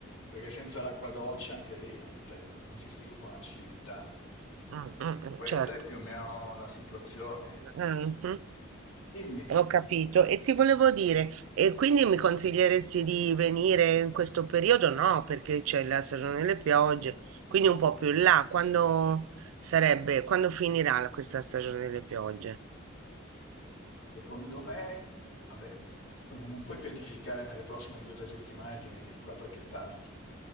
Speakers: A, on the left; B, on the right.
A: perché senza l'acqua dolce anche lì eh, sai, non, non si sviluppa una civiltà.
B: mm, mm, eh,
A: Questa
B: certo.
A: è più o meno la situazione.
B: Mhm.
A: Dimmi.
B: Ho capito. E ti volevo dire, e quindi mi consiglieresti di venire in questo periodo? No, perché c'è la stagione delle piogge, quindi un po' più in là. Quando sarebbe, quando finirà la- questa stagione delle piogge?
A: Secondo me, vabbè, insomma, non puoi pianificare nelle prossime due o tre settimane di venire qua perché è tardi,